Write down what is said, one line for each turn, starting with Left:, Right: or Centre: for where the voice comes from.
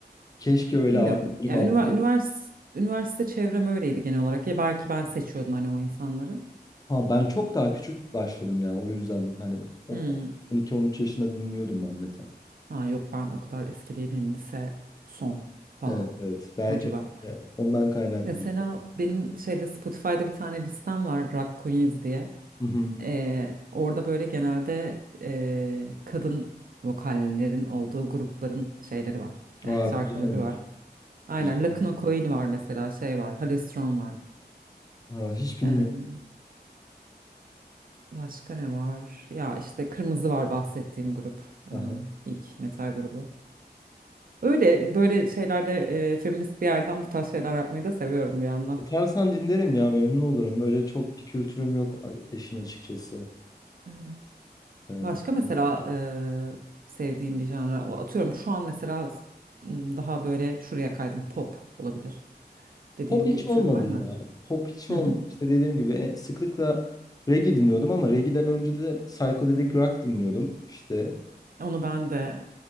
Left: Keşke öyle
Right: Bilmiyorum.
Left: abilerim
Right: Ya
Left: ablalarım.
Right: ünivers üniversite, üniversite çevrem öyleydi genel olarak. Ya belki ben seçiyordum hani o insanları.
Left: Ha ben çok daha küçük başladım ya o yüzden hani o-
Right: Hmm.
Left: 12-13 yaşında dinliyordum ben metal.
Right: Ha yok ben o kadar eski değil benim lise son falan
Left: Evet evet belki
Right: o civar.
Left: yani ondan kaynaklı.
Right: Mesela benim şeyde Spotify'da bir tane listem var Rock Queens diye.
Left: Hı hı.
Right: Ee, orada böyle genelde ee, kadın vokallerin olduğu grupların şeyleri var. ee,
Left: Aa,
Right: şarkıları
Left: güzelmiş
Right: var. Aynen
Left: güzel.
Right: Lakuna Coil var mesela şey var Halestron var.
Left: Ha, hiç bilmiyorum.
Right: Ee, başka ne var? Ya işte Kırmızı var bahsettiğim grup. ee,
Left: Aha.
Right: ilk metal grubu. Öyle böyle şeylerde e, feminist bir yerden bu tarz şeyler yapmayı da seviyorum bir yandan.
Left: Atarsan dinlerim ya memnun olurum. Öyle çok bir kültürüm yok a- eşin açıkçası.
Right: Evet.
Left: Ee,
Right: Başka mesela e, sevdiğim bir janra o- atıyorum şu an mesela m, daha böyle şuraya kaydım pop olabilir dediğin
Left: Pop hiç
Right: bir tür
Left: olmadı
Right: var mı?
Left: ya. Pop hiç olmadı.
Right: Hı hı.
Left: İşte dediğim gibi e, sıklıkla reggae dinliyordum ama reggae'den önce de psychedelic rock dinliyordum. İşte
Right: Onu ben de